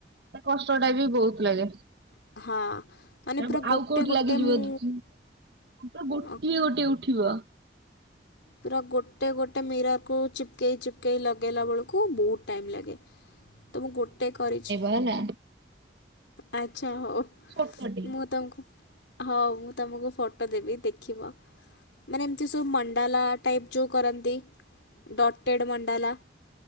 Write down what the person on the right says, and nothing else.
ତା କଷ୍ଟ ଟା ବି ବହୁତ ଲାଗେ
ଆଉ
କୋଉଠି
ଲାଗିଯିବ
ତ ପୁରା ଗୋଟିଏ
ଗୋଟିଏ ଉଠିବ
ହଲା
ଛୋଟଟେ।